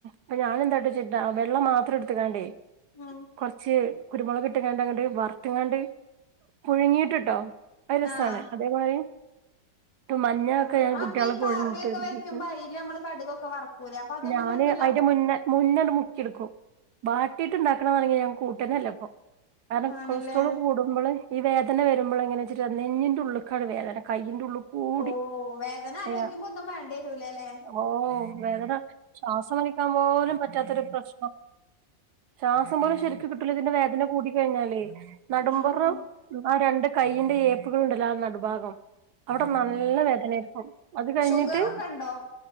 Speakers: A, on the right (about 70°); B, on the left (about 60°).
A: അപ്പൊ ഞാനെന്തായിട്ട് ചിട്ടാ വെള്ളം മാത്രം എടുത്തക്കാണ്ടേ
B: ഉം
A: കൊറച്ച് കുരുമുളക് ഇട്ടങ്ങാണ്ട്. വറുത്താണ്ട് പുഴുങ്ങി ട്ട് ട്ടോ. അരസാണ്.
B: ആഹ്
A: അതേമാതി. മഞ്ഞൊക്കെ
B: ആഹ്
A: ഞൻ
B: അപ്പൊ
A: കുട്ടിളെ
B: ഈ
A: കോഴിമുട്ടിയെടുത്തു
B: കറിയൊക്കെ വെക്കുമ്പോ
A: തിന്നും
B: അയില് നമ്മള് കടുകൊക്കെ വറക്കൂലേ അപ്പൊ അതൊന്നും
A: ഞാന്
B: പറ്റൂല
A: അയ്ന്റെ, മുന്നെ മുന്നെണ്ട്മുക്കിയെടുക്കും. ബാട്ടിയിട്ട്ണ്ടാക്കണ വണെങ്കിൽ ഞാൻ കൂട്ടനെല്ലേ പ്പം. കാരണം
B: ആണല്ലേ
A: കൊളസ്ട്രോൾ കൂടുമ്പോള് വേദന വരുമ്പോൾ എങ്ങനെച്ചി നെഞ്ഞിന്റെറ ഉള്ക്കാണ്‌വേദന, കയ് ഉള് കൂടി,
B: ഓ വേദന ആലോചിക്കുമ്പോ
A: ചെയ്യ,
B: ഒന്നും വേണ്ടി വരൂലല്ലേ
A: ഓ വേദന ശ്വാസം വലിക്കാൻ പോലും പറ്റാത്തൊരു പ്രശ്നം. ശ്വാസം പോലും ശരിക്ക്, കിട്ടൂല ഇതിന്റെ വേദന കൂട കഴിഞ്ഞാലേ, നടുമ്പറം
B: ആഹ്
A: ആ, രണ്ട് കൈയിന്റെ ഏപ്പുകളൾുണ്ടല്ലോ ആ നടുഭാഗം അവിടെ
B: ഉം
A: നല്ല വേദനയിരിക്കും. അത് കഴിഞ്ഞിട്ട്
B: ഷുഗറൊക്കെ ഉണ്ടോ